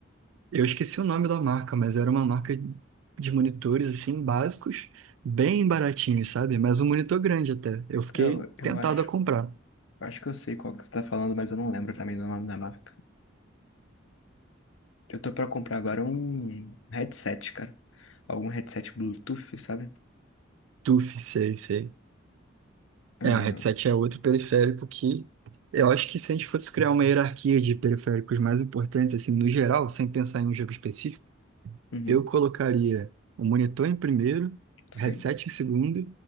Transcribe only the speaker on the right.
Eu esqueci o nome da marca, mas era uma marca de monitores assim básicos, bem baratinhos, sabe? Mas um monitor grande até. Eu fiquei
tentado
a comprar.
TUF, sei, sei.
É, o headset é outro periférico que eu acho que se a gente fosse criar uma hierarquia de periféricos mais importantes assim no geral, sem pensar em um jogo específico,
eu colocaria o monitor em primeiro,
o headset em segundo